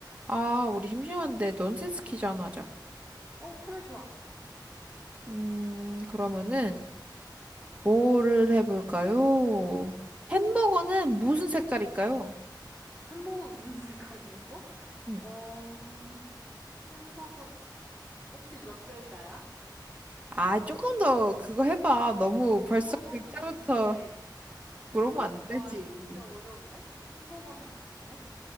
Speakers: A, on the right; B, in the centre.
A: 아, 우리 심심한데 넌센스 퀴즈 하나 하자.
B: 어, 그래, 좋아.
A: 음, 그러면은 뭐를 해볼까요? 햄버거는 무슨 색깔일까요?
B: 햄버거 무슨 <laughs> 색깔이냐고?
A: 음.
B: 어, 음, 햄버거, 혹시 몇 글자야?
A: 아, 조금 더 그거 해봐. 너무 벌써
B: 햄버거는
A: 글자부터
B: 무슨 색? 햄버거,
A: 물으면 안 되지.
B: 와, 이거 진짜 어려운데? 햄버거는 무슨 색?